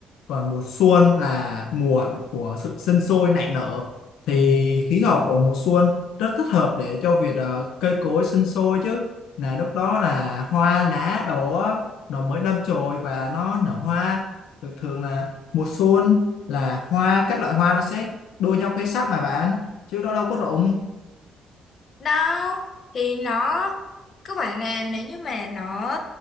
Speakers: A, on the left (about 90°); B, on the left (about 50°).
A: còn mùa xuân là mùa của sự sinh sôi nảy nở thì khí hậu của mùa xuân rất thích hợp để cho việc ờ, cây cối sinh sôi chứ là lúc đó là hoa lá đổ á, nó mới đâm chồi và nó nở hoa thường thường là mùa xuân là hoa các loại hoa nó sẽ đua nhau khoe sắc mà bạn chứ nó đâu có rụng
B: đâu thì nó cứ phải là nếu như mà nó